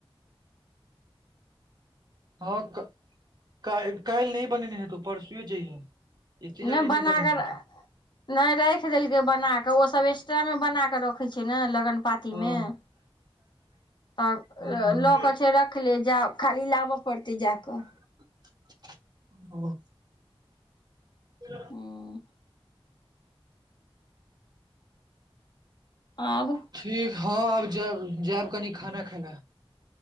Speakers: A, on the right (about 45°); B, on the left (about 50°).
A: हँ क <inaudible> काइ काइल नै बनेने हेतो परसुए जइहे एते जल्दी
B: नै
A: नहि
B: बन
A: बनेने
B: <unintelligible>
A: हेतौ
B: नै राइख देलकै बना कऽ ओ सब एक्स्ट्रा में बना कऽ रखे छियै ने लगन पाती
A: हँ
B: में तब
A: हँ
B: लऽ कऽ छै रख ले जा खाली लाब पड़तै जा कऽ
A: <unintelligible> <unintelligible>
B: हूँ आब
A: ठीक हँ आब जायब जायब कनि खाना खै लऽ